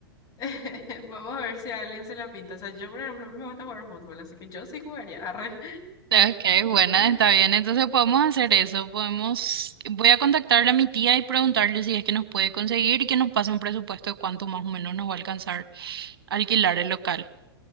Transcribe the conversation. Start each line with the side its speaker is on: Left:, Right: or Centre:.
Left: <laughs> vamos a ver si a alguien se la pinta. O sea, yo, por ejemplo, me gusta jugar fútbol, así que yo sí jugaría. Arre.
Right: okay bueno,
Left: <laughs>
Right: está bien. Entonces podemos hacer eso. Podemos, voy a contactarle a mi tía y preguntarle si es que nos puede conseguir y que nos pase un presupuesto de cuánto más o menos nos va a alcanzar alquilar el local.